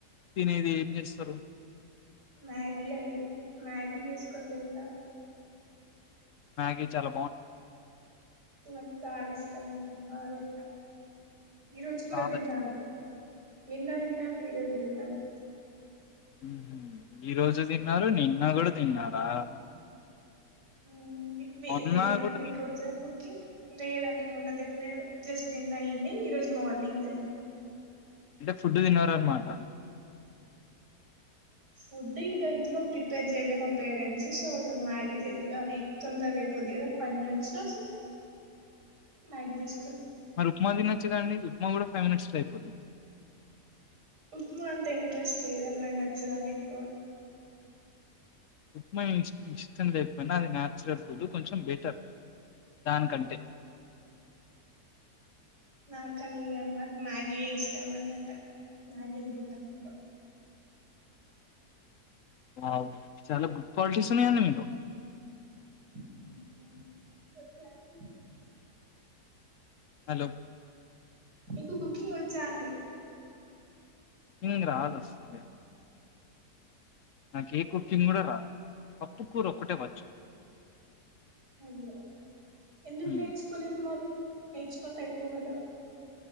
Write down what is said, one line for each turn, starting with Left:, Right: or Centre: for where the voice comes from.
Left: తినేది ఏం చేస్తారు
Right: మ్యాగీ అండి మ్యాగీ చేసుకొని తింటాను
Left: మ్యాగి చాల
Right: నాక్ చానా ఇస్ ష్టమండి బాతింటా ఈ రోజు కూడా
Left: చాలా
Right: దిన్నాను
Left: ఇష్టం.
Right: నిన్నదిన్నాన ఈరోజు దిన్నాను
Left: మ్మ్ హు ఈ రోజు తిన్నారు నిన్న కూడా తిన్నారా
Right: వు అండి మీ
Left: మొన్న
Right: తింటార
Left: గూడా
Right: మీకొచ్చపుకి
Left: తిన్నారా?
Right: లేదండి మొన్న తినలేదు జస్ట్ నిన్నా ఈవినింగ్ ఈ రోజు మోర్నింగ్ దిన్నా
Left: అంటే ఫుడ్ తిన్నార అన్నమాట
Right: ఫుడ్ ఇంకా ఇంట్లో ప్రిపేర్ చేయలే మా పేరెంట్స్ సో ఇ మ్యాగీ చే అది తొందరగా అయిపోద్ది కదా ఫైవ్ మినిట్స్ లో సో మ్యాగీ చేసు
Left: మరి ఉప్మా తినొచ్చు కదండి ఉప్మా కూడా ఫైవ్ మినిట్స్ లో ఐపోద్ది
Right: ఉప్మా అంత ఇంట్రెస్ట్ లేదన్ నాకి నచ్చదండి ఎక్కువ
Left: ఉప్మా ఇస్ట్ ఇష్టం లేకపోయినా అది నాచురల్ ఫుడ్ కొంచెం బెటర్ దానికంటే
Right: నాకనిగ అమ్మక్ మ్యాగి ఇష్ట మన్నట మ్యాగి తింటా మీకు
Left: వావ్ చాల గుడ్ క్వాలిటీస్ ఉన్నాయండి మీలో
Right: <inaudible>
Left: హలో
Right: మీకు కుకింగ్ వచ్చా అండి
Left: ఇంగింగ రాదస్సలే నా కేక్ కుకింగ్ కూడా రాదు టుకూర ఒకటే వచ్చు
Right: అయ్యో ఎందుకు
Left: హ్మ్
Right: నేర్చుకోలేదు మరి నేర్చుకుంటే అయిపోవు కదా